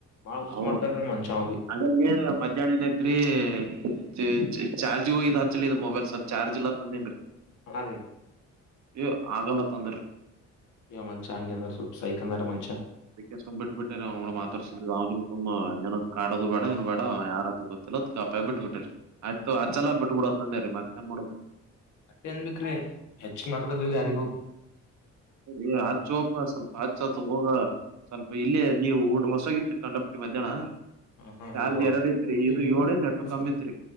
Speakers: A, on the left; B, on the right.
A: ಬಾಳ ಹುಚ್
B: ಹ್ಮ್
A: ಮಾಡ್ತನ್ರಿ
B: <unintelligible>
A: ಮನ್ಷ ಅವ ಬಿ
B: ಮಧ್ಯಾಹ್ನ ಏನೈಐತ್ರಿ. ಚ ಚ ಚಾರ್ಜ ಈಗ್ ಹೋಗ್ ಇದ ಹಚ್ಚಲೇ ಇದ ಮೊಬೈಲ್ ಸ್ವಲ್ಪ್ ಚಾರ್ಜ ಇಲ್ಲ ಅತ್ ಅಂದಿನ್ರಿ.
A: ಹಾ ರೀ
B: ಯ ಆಗಲ್ಲ ಅತ್ ಅಂದರಿ.
A: ಏ ಮನಷ್ಯ ಹಂಗೆ ಹನ ರಿ ಸ್ವಲ್ಪ್ ಸೈಕ್ ಹನಾರಿ ಮನಷ್ಯ.
B: ಅದಿಕ್ಕೆ ಸುಮ್ ಬಿಟ್ ಬಿಟ್. ಅಟ್ಟೇರಿ ಅವ್ನು ಕೂಡ ಮಾತಾಡ್ಸುದ ಅವನುಬಿ ಕಮ್ ಏನರ ಕಾಡದು ಬ್ಯಾಡ ಏನು ಬ್ಯಾಡ ಯಾರತ್ರ ಗೊತ್ತಿಲ್ಲ ಆತ್ ಗಪ್ಪಾಗಿ ಬಿಟ್ಟ ಬಿಟ್ಟೇರಿ. ಆಯ್ತ ತೋ ಹಚ್ಚಲ ಬಿಟ್ ಬಿಡು ಆತ್ ಅಂದೇರಿ ಮತ್ತೇನ್ ಮಾಡೊದ್ರಿ.
A: ಅಟ್ಟೆ ಅನ್ಬೇಕ್ರೆ ಹೆಚ್ಗಿ ಮಾತಾಡದಿಲ್ಲ ಯಾರಿಗೂ.
B: ಏ ಹಚ್ಚೋಪ್ಪ ಸ್ವಲ್ಪ ಹಚ್ ಅತ್ ಹೋಗ. ಸ್ವಲ್ಪ ಇಲ್ಲೇ ನೀವು ಊ ಹೊಸೋ ಆಗಿತ್ರಿ ಕಂಡಪಟ್ಟಿ ಮಧ್ಯಾಹ್ನ.
A: ಹ ಹಾ
B: ಚಾರ್ಜ್
A: ಹೌದ ಹೌದ
B: ಎರಡ್ ಇತ್ರಿ ಇದು ಏಳೇನ್ ಎಟ್ಟು
A: <unintelligible>
B: ಕಮ್ಮಿ ಇತ್ರಿ